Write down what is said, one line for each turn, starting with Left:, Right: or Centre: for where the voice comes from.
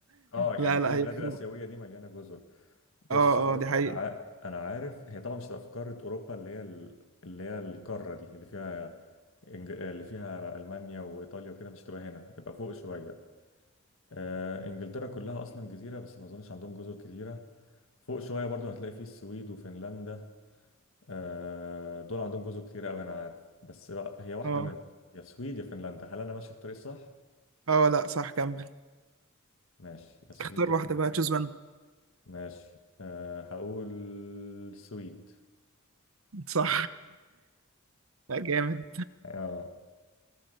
Left: اه يعني
Right: لا
Left: كل
Right: لا
Left: البلاد
Right: هي في
Left: الاسيويه
Right: اوروبا
Left: دي مليانه جزر بص
Right: اه
Left: في اوروبا
Right: اه دي حقيقه
Left: انا ع... انا عارف هي طبعا مش هتبقى في قاره اوروبا اللي هي ال... اللي هي القاره دي اللي فيها إنج... اللي فيها المانيا وايطاليا وكده مش هتبقى هنا هتبقى فوق شويه آه انجلترا كلها اصلا جزيره بس ما اظنش عندهم جزر كتيره فوق شويه برضو هتلاقي فيه السويد وفنلندا آه، دول عندهم جزر كتير قوي انا عارف بس بقى هي واحده
Right: اه
Left: منهم يا السويد يا فنلندا هل انا ماشي في الطريق صح
Right: اه لا صح كمل
Left: ماشي يا السويد
Right: اختار
Left: يا
Right: واحده
Left: فنلندا
Right: بقى تشوز وان
Left: ماشي أه هقول السويد
Right: صح <laughs> لا جامد
Left: اه